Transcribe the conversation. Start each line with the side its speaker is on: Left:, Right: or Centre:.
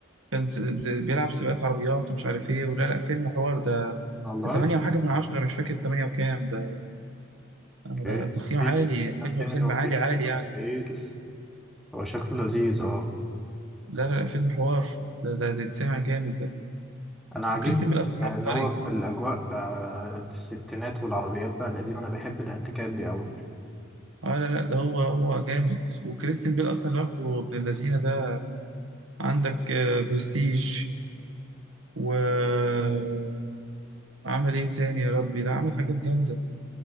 Right: كان س- بيلعب سباقات عربيات ومش عارف ايه ولا لا فيلم حوار ده
Centre: والله
Right: ده 8 وحاجه من 10 مش فاكر 8 وكام ده,
Centre: اوكي
Right: ده تقييم
Centre: ديمن
Right: عالي فيلم
Centre: ديمن
Right: فيلم
Centre: وكريستيان
Right: عالي عالي يعني
Centre: بيل هو شكله لذيذ اه
Right: لا لا لا فيلم حوار ده ده ده اتسمع جامد ده
Centre: انا عاجبني
Right: وكريستن بيل اصلا
Centre: ان
Right: عبقري
Centre: هو في الاجواء آه، الستينات والعربيات بقى القديمه انا بحب الانتيكات دي قوي
Right: اه لا لا ده هو هو جامد وكريستن بيل اصلا لوحده ابن اللذينه ده عندك آه، برستيج وعمل ايه تاني يا ربي لا عمل حاجات جامدة